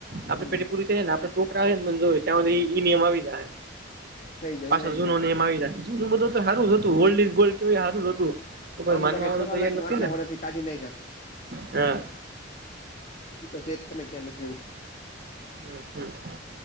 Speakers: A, on the right; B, on the left.
A: આપડે
B: હમ
A: પેઢી પૂરી થઈ જાય ને આપડે છોકરા હોય ને મને જોવી છે ત્યાં હુધી ઈ નિયમ આવી જાય.
B: થઈ જાય
A: પાછળ
B: એ વાત
A: જૂનો
B: હાચી
A: નેમ
B: છે.
A: આવી જાય જૂનું બધું તો હારું હતું ઓલ્ડ ઈઝગોલ્ડ તોય હારું જ હતું. કોઈ
B: આમ
A: માનવા
B: તો કઈ
A: વાળું
B: ફરવા
A: તૈયાર
B: લાગે
A: નથી
B: આટલા
A: ને
B: વર્ષથી કઢી નાખ્યા.
A: હા.
B: ઇ તો છે ને ક્યાં નથી એવું.
A: હમ હમ.